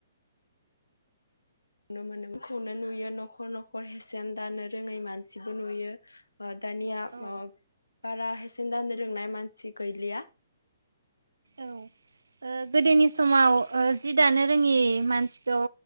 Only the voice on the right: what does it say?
औ
औ ओ गोदोनि समाव ओ जि दानो रोङि मानसिखौ